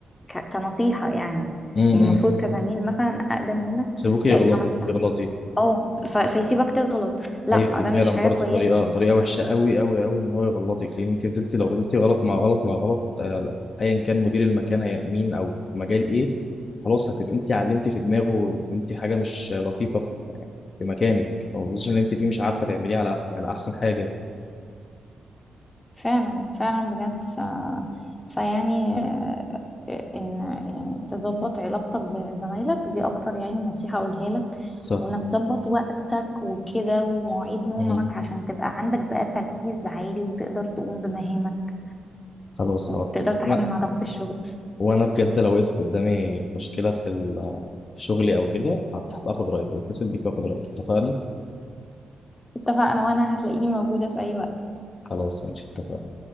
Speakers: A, on the left; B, on the left.
A: ك- كنصيحة يعني
B: امم
A: يعني المفروض كزميل مثلا اقدم منك
B: سيبوكي
A: لاقيك
B: يغلطي
A: عملت تحقيق
B: تغلطي
A: اه ف- فيسيبك تغلط لا
B: ايوه دي
A: ده
B: فعلا
A: مش حاجة
B: برضه
A: كويسة
B: طريقه طريقه وحشه قوي قوي قوي ان هو يغلطك لان انت فضلتي لو فضلتي غلط مع غلط مع غلط آه، ايا كان مدير المكان هي- مين او في مجال ايه خلاص هتبقى انت علمتي في دماغه ان انت حاجه مش لطيفه في في مكانك او البوزيشن اللي انت فيه مش عارفه تعمليه على أحس- على احسن حاجه
A: فعلا فعلا بجد ف... فيعني آه، آه، ان يعني تظبط علاقتك بزمايلك دي اكتر يعني نصيحة اقولها لك
B: صح
A: وانك تظبط وقتك وكده ومواعيد نومك
B: مم.
A: عشان تبقى عندك بقى تركيز عالي وتقدر تقوم بمهامك
B: خلاص
A: وتقدر
B: حاضر
A: تعامل
B: انا
A: مع ضغط الشغل
B: وانا بجد لو وقفت قدامي مشكله في ال- في شغلي او كده هبقى اخد رايك واتصل بيك واخد رايك اتفقنا
A: اتفقنا وانا هتلاقيني موجودة في اي وقت
B: خلاص ماشي اتفقنا